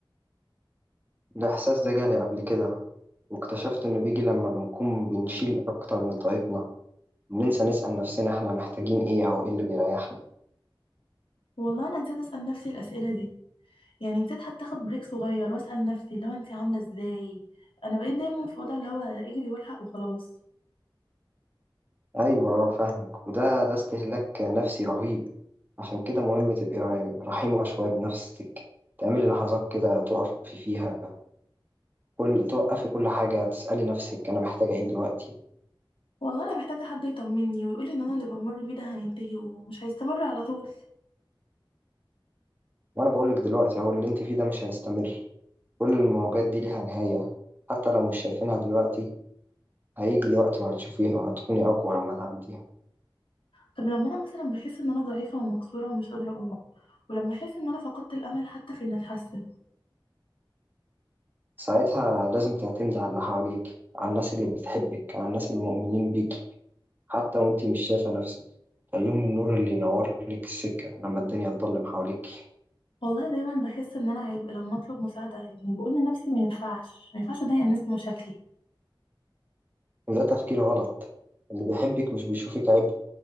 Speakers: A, on the right; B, on the left.
A: الإحساس ده جالي قبل كده واكتشفت إنه بيجي لما بنكون بنشيل أكتر من طاقتنا بننسى نسأل نفسنا إحنا محتاجين إيه أو إيه اللي بيريحنا
B: والله انا نسيت اسال نفسي الاسئله دي يعني نسيت حتى اخد بريك صغير واسال نفسي اللي هو انت عامله ازاي انا بقيت دايما في وضع اللي هو اجري والحق وخلاص
A: أيوة آه، فاهمك وده ده استهلاك نفسي رهيب عشان كده مهم تبقي رح- رحيمة شوية بنفسك تعملي لحظات كده تقفي فيها كل توقفي كل حاجة تسألي نفسك أنا محتاجة إيه دلوقتي
B: والله انا محتاجه حد يطمني ويقولي ان انا اللي بمر بيه ده هينتهي ومش هيستمر على طول
A: وأنا بقولك دلوقتي أهو اللي أنت فيه ده مش هيستمر كل المواجهات دي ليها نهاية حتى لو مش شايفينها دلوقتي هيجي الوقت وهتشوفيها وهتكوني أقوى لما تعديها
B: طب لما انا مثلا بحس ان انا ضعيفه ومكسوره ومش قادره اقوم ولما احس ان انا فقدت الامل حتى في ان اتحسن
A: ساعتها لازم تعتمدي على اللي حواليك على الناس اللي بتحبك على الناس اللي مؤمنين بيكي حتى وانتي مش شايفة نفسك خليهم النور اللي ينور لك السكة لما الدنيا تضلم حواليك
B: والله دايما بحس ان انا عبء لما اطلب مساعده يعني بقول لنفسي ما ينفعش ما ينفعش اضايق الناس بمشاكلي
A: وده تفكير غلط اللي بيحبك مش بيشوفك عبء